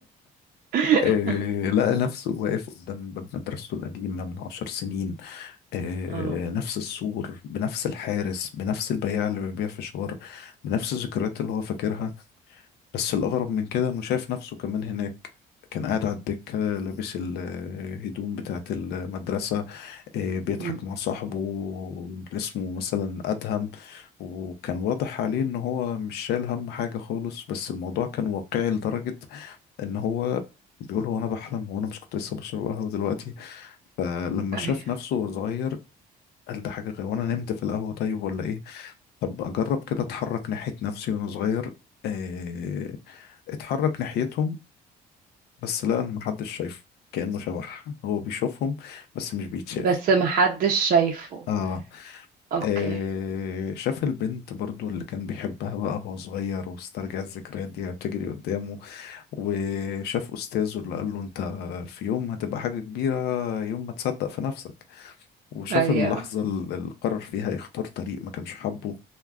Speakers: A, on the right (about 55°); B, on the left (about 75°).
A: <laughs>
B: آه... لقى نفسه واقف قدام باب مدرسته القديمة من عشر سنين آه...
A: اه
B: نفس السور بنفس الحارس بنفس البياع اللي بيبيع فشار بنفس الذكريات اللي هو فاكرها بس الأغرب من كده إنه شايف نفسه كمان هناك كان قاعد على الدكة لابس الهدوم بتاعة المدرسة إيه، بيضحك
A: مم.
B: مع صاحبه اللي اسمه مثلا أدهم وكان واضح عليه إن هو مش شايل هم حاجة خالص بس الموضوع كان واقعي لدرجة إن هو بيقول هو أنا بحلم وأنا مش كنت لسه بشرب قهوة دلوقتي فلما
A: ايوه
B: شاف نفسه وهو صغير قال ده حاجة غير وأنا نمت في القهوة طيب ولا إيه طب أجرب كده أتحرك ناحية نفسي وأنا صغير إيه، اتحرك ناحيتهم بس لا أنا محدش شايفه كأنه شبح هو بيشوفهم بس مش بيتشاف
A: بس محدش شايفه
B: آه.
A: اوكي
B: آه شاف البنت برضو اللي كان بيحبها بقى وهو صغير واسترجع الذكريات دي بتجري قدامه وشاف أستاذه اللي قال له أنت في يوم هتبقى حاجة كبيرة يوم ما تصدق في نفسك وشاف
A: ايوه
B: اللحظة ال- اللي قرر فيها يختار طريق ما كانش حابه